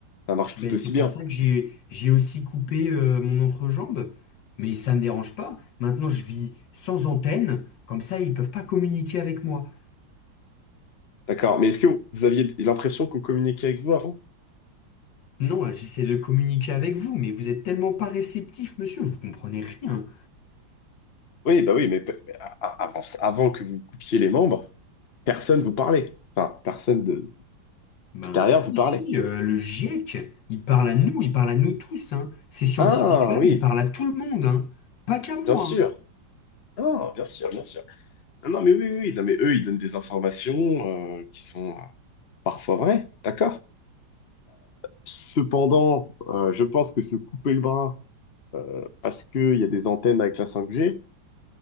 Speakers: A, on the left; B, on the left.
A: Ça marche
B: Ben,
A: tout
B: c'est
A: aussi bien.
B: pour ça que j'ai j'ai aussi coupé euh, mon entrejambe, mais ça ne me dérange pas. Maintenant, je vis sans antenne, comme ça, ils ne peuvent pas communiquer avec moi.
A: D'accord. Mais est-ce que vous aviez l'impression qu'on communiquait avec vous avant?
B: Non, là, j'essaie de communiquer avec vous, mais vous êtes tellement pas réceptif, monsieur, vous comprenez rien.
A: Oui, bah oui, mais, pe- mais a- a- avant, avant que vous coupiez les membres, personne vous parlait. Enfin, personne de
B: Ben
A: extérieur
B: si,
A: vous parlait.
B: si, euh, le GIEC, il parle à nous, il parle à nous tous, hein. Ces scientifiques-là,
A: Ah oui,
B: ils parlent à tout le monde, hein. Pas qu'à moi,
A: bien sûr.
B: hein.
A: Ah, bien sûr, bien sûr. Non, non, mais oui, oui, oui, non, mais eux, ils donnent des informations euh, qui sont euh, parfois vraies, d'accord? Cependant, euh, je pense que se couper le bras euh, parce qu'il y a des antennes avec la 5G,